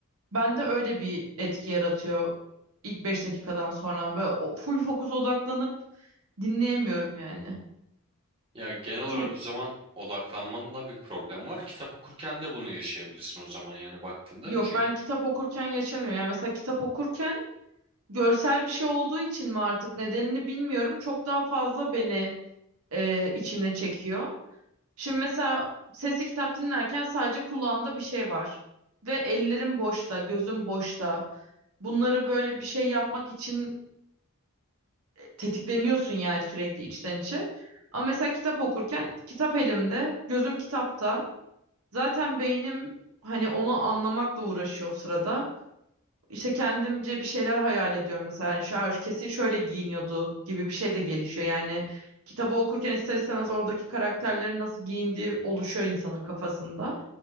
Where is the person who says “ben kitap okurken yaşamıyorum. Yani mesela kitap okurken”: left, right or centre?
Right